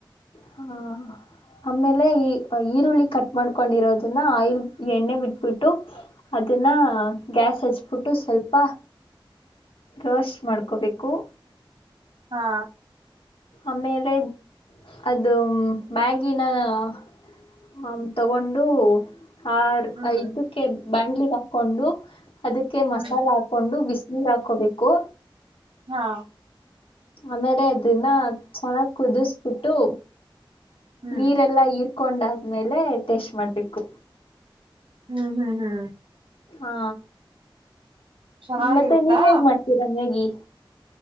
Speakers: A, on the left; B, on the right.
A: ಹಾ ಆಮೇಲೆ ಈ ಈರುಳ್ಳಿ ಕಟ್ ಮಾಡ್ಕೊಂಡಿರೋದನ್ನ ಆಯಿಲ್ ಎಣ್ಣೆ ಬಿಟ್ಬಿಟ್ಟು ಅದನ್ನ ಗ್ಯಾಸ್ ಹಚ್ಬಿಟ್ಟು ಸ್ವಲ್ಪ ರೋಸ್ಟ್ ಮಾಡ್ಕೋಬೇಕು
B: ಹಾ
A: ಆಮೇಲೆ ಅದು ಮ್ಯಾಗಿನ ಆ ತಗೊಂಡು ಆ
B: ಹ್ಮ್
A: ಇದಕ್ಕೆ ಬಾಣ್ಲಿಗ್ ಹಾಕೊಂಡು ಅದಕ್ಕೆ
B: ಹ್ಮ್
A: ಮಸಾಲೆ ಹಾಕೊಂಡು ಬಿಸಿ ನೀರ್ ಹಾಕೋಬೇಕು
B: ಹಾ
A: ಆಮೇಲೆ ಅದನ್ನ ಚೆನ್ನಾಗ್ ಕುದಿಸಬಿಟ್ಟು
B: ಹ್ಮ್
A: ನೀರೆಲ್ಲಾ ಇರ್ ಹಕೊಂಡಾದ್ಮೇಲೆ ಟೆಸ್ಟ್ ಮಾಡ್ಬೇಕು
B: ಹ್ಮ್ ಹ್ಮ್ ಹ್ಮ್
A: ಹಾ
B: ಚೆನ್ನಾಗಿರುತ್ತಾ
A: ಮತ್ತೆ ನೀವ ಹೇಗ್ ಮಾಡ್ತೀರಾ ಮ್ಯಾಗಿ